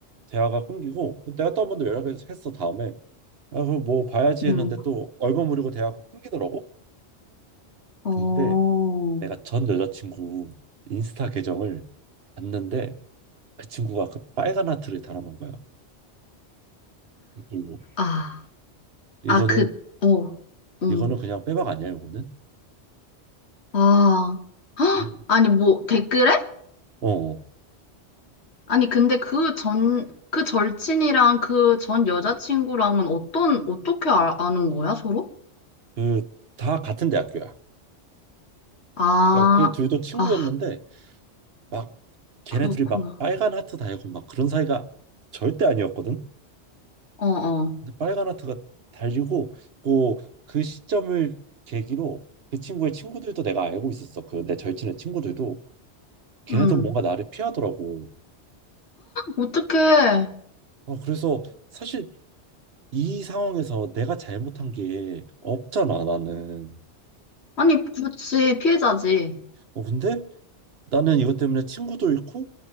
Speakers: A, on the right; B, on the left.
A: 대화가 끊기고 그 내가 또 한 번 더 연락을 했어 다음에 아 그 뭐 봐야지
B: 음,
A: 했는데 또 얼버무리고 대화가 끊기더라고.
B: 어,
A: 근데
B: 어.
A: 내가 전 여자친구 인스타 계정을 봤는데 그 친구가 그 빨간 하트를 달아놓은 거야. 댓글로.
B: 아,
A: 이거는
B: 아, 그, 어, 음,
A: 이거는 그냥 빼박 아니야, 이거는?
B: 아, 헉!
A: 그리고
B: 아니, 뭐, 댓글에?
A: 어, 어.
B: 아니, 근데 그 전, 그 절친이랑 그 전 여자친구랑은 어떤, 어떻게 아, 아는 거야, 서로?
A: 그 다 같은 대학교야.
B: 아,
A: 그러니까 그 둘도 친구였는데
B: 아,
A: 막 걔네들이
B: 그렇구나.
A: 막 빨간 하트 달고 막 그런 사이가 절대 아니었거든.
B: 어, 어,
A: 근데 빨간 하트가 달리고 그, 그 시점을 계기로 그 친구의 친구들도 내가 알고 있었어. 그 내 절친의 친구들도 걔네도
B: 음.
A: 뭔가 나를 피하더라고.
B: 어떡해.
A: 어, 그래서 사실 이 상황에서 내가 잘못한 게 없잖아, 나는.
B: 아니, 그렇지, 피해자지.
A: 어, 근데 나는 이것 때문에 친구도 잃고